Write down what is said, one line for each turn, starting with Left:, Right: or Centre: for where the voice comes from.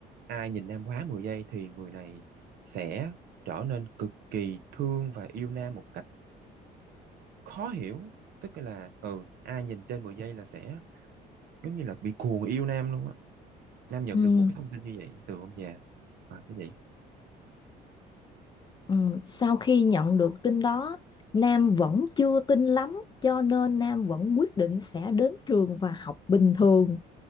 Right: ai nhìn Nam quá 10 giây thì người này sẽ trở nên cực kỳ thương và yêu Nam một cách khó hiểu tức là ừ ai nhìn trên 10 giây là sẽ giống như là bị cuồng yêu Nam luôn á Nam nhận
Left: ừ.
Right: được một cái thông tin như vậy từ ông già à cái gì
Left: Ừ, sau khi nhận được tin đó, Nam vẫn chưa tin lắm, cho nên Nam vẫn quyết định sẽ đến trường và học bình thường.